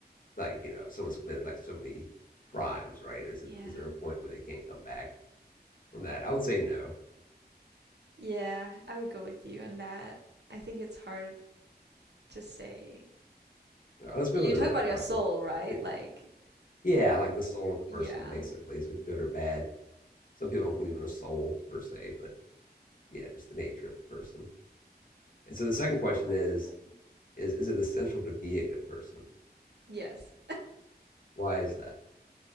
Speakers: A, on the left; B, on the right.
A: like you know, someone's committed like so many crimes, right? Is
B: Yeah.
A: it is there a point where they can't come back from that? I would say no.
B: Yeah, I would go with you on that. I think it's hard to say.
A: You let's
B: You're
A: move on to
B: talking
A: another
B: about
A: question.
B: your soul, right?
A: So,
B: Like,
A: Yeah, like the soul of the person
B: yeah.
A: basically is it good or bad? Some people don't believe in a soul per se, but yeah, just the nature of the person. And so the second question is
B: Yep.
A: is is it essential to be a good person?
B: Yes.
A: Why is that?